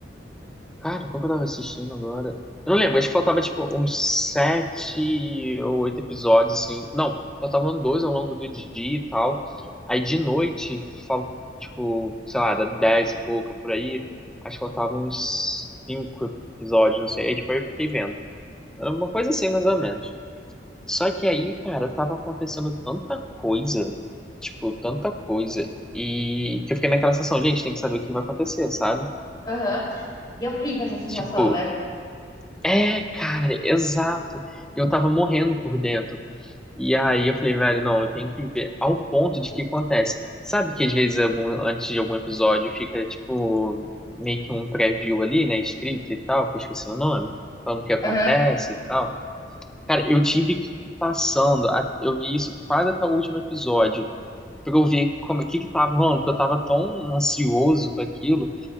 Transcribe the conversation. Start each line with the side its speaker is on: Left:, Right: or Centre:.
Centre: Cara, qual que eu tava assistindo agora? Eu não lembro, acho que faltava tipo uns sete ou oito episódios, assim. Não, faltavam dois ao longo do dia e tal. Aí de noite, fal... tipo, sei lá, era dez e pouco por aí. Acho que faltavam uns cinco episódios, não sei. Aí tipo, aí eu fiquei vendo. Era uma coisa assim, mais ou menos. Só que aí, cara, tava acontecendo tanta coisa, tipo, tanta coisa. E que eu fiquei naquela sensação, gente, tem que saber o que vai acontecer, sabe?
Left: Aham. E é horrível essa sensação,
Centre: Tipo.
Left: né?
Centre: É, cara, exato. Eu tava morrendo por dentro. E aí eu falei, velho, não, eu tenho que ver ao ponto de que acontece. Sabe que às vezes algum- antes de algum episódio fica tipo meio que um preview ali, né, escrito e tal, que eu esqueci o nome, falando o que acontece
Left: Aham.
Centre: e tal. Cara, eu tive que ir passando, a- eu vi isso quase até o último episódio, pra eu ver como o que que tava rolando, porque eu tava tão ansioso com aquilo